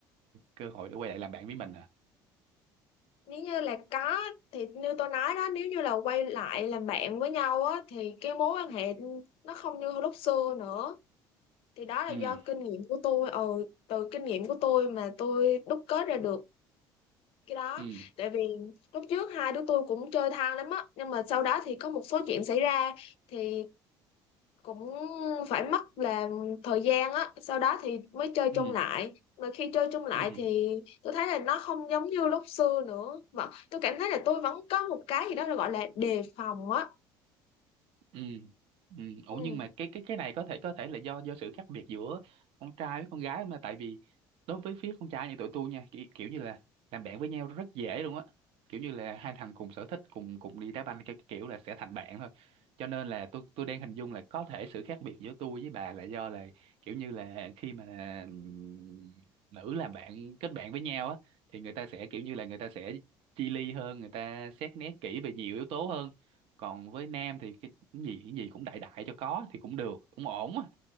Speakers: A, on the right; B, on the left.
A: cơ hội để quay lại làm bạn với mình à
B: nếu như là có thì như tôi nói đó nếu như là quay lại làm bạn với nhau á thì cái mối quan hệ nó không như lúc xưa nữa thì đó là
A: ừ
B: do kinh nghiệm của tôi ừ từ kinh nghiệm của tôi mà tôi đúc kết ra được cái đó
A: ừ
B: tại vì lúc trước hai đứa tôi cũng chơi thân lắm á nhưng mà sau đó thì có một số chuyện xảy ra thì cũng phải mất là thời gian á sau đó thì mới chơi chung
A: ừ
B: lại mà khi chơi chung lại
A: ừ
B: thì tôi thấy là nó không giống như lúc xưa nữa vẫn tôi cảm thấy là tôi vẫn có một cái gì đó gọi là đề phòng á
A: ừ ừ ủa
B: ừ
A: nhưng mà cái cái cái này có thể có thể là do do sự khác biệt giữa con trai với con gái không ta tại vì đối với phía con trai như tụi tôi nha kiểu, kiểu như là làm bạn với nhau rất dễ luôn á kiểu như là hai thằng cùng sở thích cùng cùng đi đá banh cái cái kiểu là sẽ thành bạn thôi cho nên là tôi tôi đang hình dung là có thể sự khác biệt giữa tôi với bà là do là kiểu như là khi mà ừm, nữ làm bạn kết bạn với nhau á thì người ta sẽ kiểu như là người ta sẽ chi ly hơn người ta xét nét kỹ về nhiều yếu tố hơn còn với nam thì cái cái gì cái gì cũng đại đại cho có thì cũng được cũng ổn á